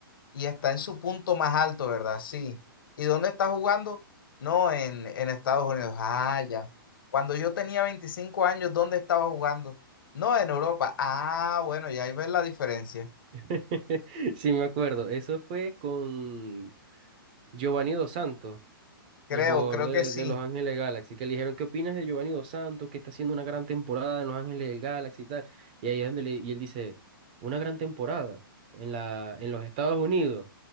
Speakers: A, on the left (about 65°); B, on the right (about 20°).
A: Y está en su punto más alto, ¿verdad? Sí. ¿Y dónde está jugando? No, en, en Estados Unidos. Ah, ya. Cuando yo tenía 25 años, ¿dónde estaba jugando? No, en Europa. Ah, bueno, y ahí ves la diferencia.
B: <laughs> Sí, me acuerdo. Eso fue con Giovanni Dos Santos.
A: Creo,
B: el jugador
A: creo
B: de,
A: que sí.
B: de Los Ángeles Galaxy, que le dijeron, ¿qué opinas de Giovanni Dos Santos, que está haciendo una gran temporada en Los Ángeles del Galaxy y tal? Y ahí es donde le- y él dice, una gran temporada en la, en los Estados Unidos.